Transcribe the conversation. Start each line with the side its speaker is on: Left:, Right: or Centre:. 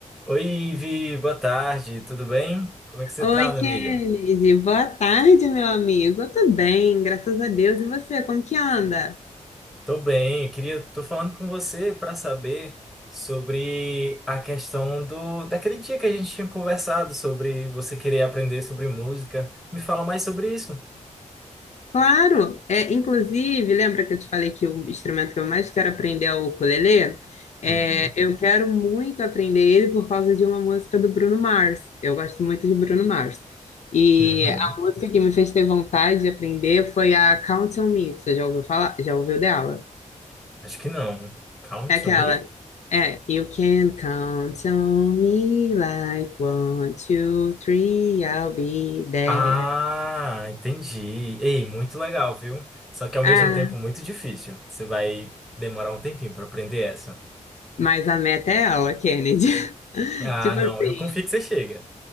Centre: Oi, Ivi, boa tarde, tudo bem? Como é que você
Left: Oi,
Centre: tá, minha
Left: Kennedy.
Centre: amiga?
Left: Boa tarde, meu amigo. Eu tô bem, graças a Deus. E você, como que anda?
Centre: Tô bem, eu queria, tô falando com você para saber sobre a questão do daquele dia que a gente tinha conversado sobre você querer aprender sobre música. Me fala mais sobre isso.
Left: Claro, é, inclusive, lembra que eu te falei que o instrumento que eu mais quero aprender é o ukulele? É,
Centre: Uhum,
Left: eu quero muito aprender ele por causa de uma música do Bruno Mars. Eu gosto muito de Bruno Mars. E
Centre: uhum.
Left: a música que me fez ter vontade de aprender foi a Count on Me. Você já ouviu falar? Já ouviu dela?
Centre: Acho que não. Count
Left: É aquela.
Centre: to me?
Left: É, you can count on me like one, two, three, I'll be there.
Centre: Ah, entendi. Ei, muito legal, viu? Só que ao mesmo
Left: Ah,
Centre: tempo muito difícil. Você vai demorar um tempinho para aprender essa.
Left: mas a meta é ela, Kennedy. <laughs>
Centre: Ah,
Left: Tipo
Centre: não,
Left: assim,
Centre: eu confio que você chega.